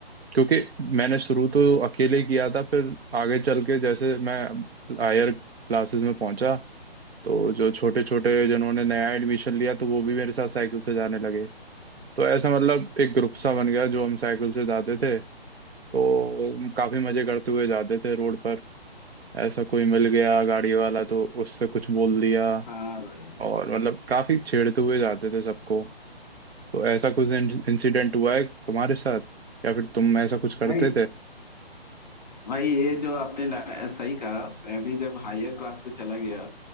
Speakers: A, on the right; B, on the left.
A: क्योंकि मैंने शुरू तो अकेले किया था फिर आगे चल के जैसे मैं हायर क्लासेस में पहुंचा तो जो छोटे छोटे जिन्होंने नया एडमिशन लिया तो वो भी मेरे साथ साइकिल से जाने लगे तो ऐसा मतलब एक ग्रुप सा बन गया जो हम साइकिल से जाते थे तो काफी मजे करते हुए जाते थे रोड पर ऐसा कोई मिल गया गाड़ी वाला तो उससे कुछ बोल दिया
B: हाँ भाई
A: और मतलब काफी छेड़ते हुए जाते थे सबको तो ऐसा कुछ इंसिडेंट हुआ है तुम्हारे साथ या फिर तुम ऐसा कुछ करते
B: भाई
A: थे
B: भाई ये जो आपने ला- सही कहा मैं भी जब हायर क्लास में चला गया